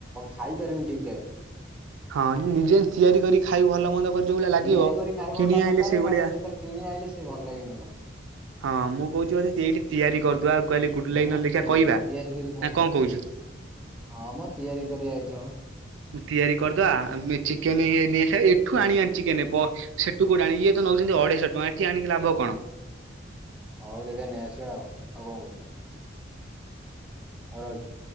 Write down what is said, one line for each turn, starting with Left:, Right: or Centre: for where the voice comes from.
Centre: ଖାଇପାରିବନି ଠିକ୍ ଠାକ୍ ରେ।
Right: ହଁ ନିଜେ ତିଆରି କରି ଖାଇ ଭଲ ମନ୍ଦ। କରି ଯୋଉ ଭଳିଆ ଲାଗିବ
Centre: ତିଆରି କରି ଖାଇବ
Right: କିଣି
Centre: ଗୋଟା
Right: ଆଣିଲେ
Centre: ପ୍ରକାରେ
Right: ସେଇଭଳିଆ
Centre: ନହେଲେ ସେଥିରେ କିଣି ଆଣିଲେ ସେ ଭଲ ଲାଗିବନି ଜମାରୁ।
Right: ହଁ ମୁଁ କହୁଛିି ବୋଧେ ସେଇଠି ତିଆରି କରିଦବା ଆଉ କହଲି ଗୁଡଲି
Centre: ହଁ
Right: ଭାଇ ନହେଲେ ଦେଖିବା
Centre: ତି
Right: କହିବା
Centre: ତିଆରି କରି ଖାଇଦେ
Right: ନା କଣ କହୁଛୁ।
Centre: ହଁ ମ ତିଆରି କରିବା ଏଇଠି ମ।
Right: ତିଆରି କରିଦବା ଚିକେନ ଏଠୁ ଆଣିବାନି ଚିକେନ। ସେଠୁ କୋଉଠୁ ଆଣି ଇଏ ତ ନଉଛନ୍ତି ଅଢେଇଶହ ଟଙ୍କା ଏଠି ଆଣିକି ଲାଭ କଣ।
Centre: ହଉ ଦେଖେ ନେଇଆସିବା ଆଉ ଆଉ କଣ କହୁଛୁ। ହଉ ରହୁଚି।